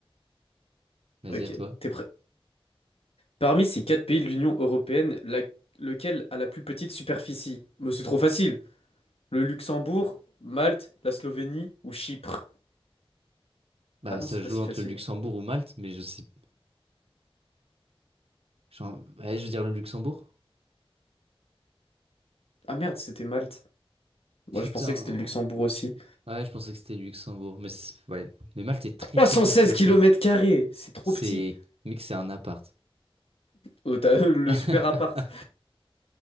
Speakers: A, on the right (about 75°); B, on the left (about 70°).
A: vas-y,
B: Ok,
A: à toi.
B: t'es prêt. Parmi ces quatre pays de l'Union européenne, la- lequel a la plus petite superficie? Mais c'est trop facile. Le Luxembourg, Malte, la Slovénie ou Chypre?
A: Bah,
B: Ah non,
A: ça
B: c'est
A: se
B: pas
A: joue
B: si
A: entre
B: facile.
A: le Luxembourg ou Malte, mais je sais. genre, ouais, je veux dire le Luxembourg.
B: Ah merde, c'était Malte.
A: Putain.
B: Moi, je pensais que c'était le Luxembourg aussi.
A: Ouais, je pensais que c'était le Luxembourg, mais c'est- ouais. Mais Malte est très
B: 316
A: très petit
B: km
A: aussi.
B: carrés, c'est trop
A: C'est,
B: petit.
A: mec, c'est un appart.
B: Oh, t'as <laughs> euh, le
A: <laughs>
B: super appart.